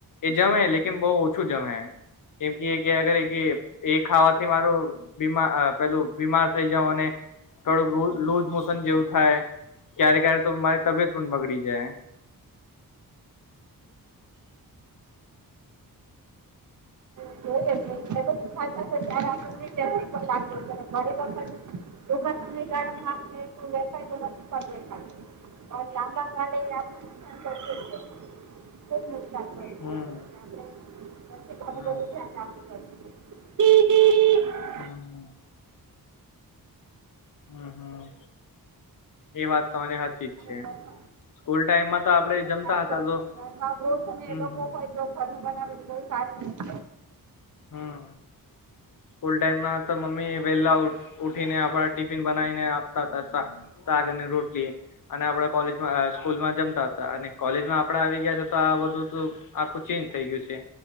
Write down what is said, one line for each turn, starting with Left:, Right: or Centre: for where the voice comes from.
Left: એ જમે લેકિન બહુ ઓછું જમે. કેમ કે અગર એ ખાવાથી મારું બીમા પેલું બીમાર થઈ જાવ અને થોડુંક લુઝ મોશન જેવું થાય. ક્યારે ક્યારે તો મારી તબિયત પણ બગડી જાય.
Right: જોઈ લે જે બધું દુખાય તો <inaudible> ઘરે તો પછી ટૂંકા સમયગાળામાં આપણને એટલું દેખાય તું નથી. પણ દેખાય પણ લાંબાગાળે આપણે નુકસાન કરતું જ હોય. ખૂબ નુકસાન કર્યું
Left: હમ
Right: <inaudible> આપણે પછી ઘણી બધી
Left: હમ
Right: <inaudible> આપણું કર્યું તું.
Left: હમ્મ. હમ્મ હમ્મ. એ વાત તમારી હાચી જ છે,
Right: ઘરમાં
Left: સ્કૂલ ટાઈમમાં તો આપણે
Right: અને
Left: જમતાં
Right: ખાસ
Left: હતાં
Right: કરીને
Left: તો
Right: ઘરમાં વૃધ્ધ
Left: હમ
Right: અને એ લોકો
Left: હમ
Right: હોય તો ઘરનું બનાવેલું બહુ સારું રે.
Left: હમ્મ. સ્કૂલ ટાઈમમાં તો મમ્મી વેહલા ઉ ઉઠીને આપણા ટિફિન બનાઈને આપતાં તા સા શાક અને રોટલી. અને આપડા કોલેજમાં અ સ્કૂલમાં જમતાં તા અને કોલેજમાં આપડે આવી ગયા છે તો આ બધું તો આખું ચેન્જ થઈ ગ્યું છે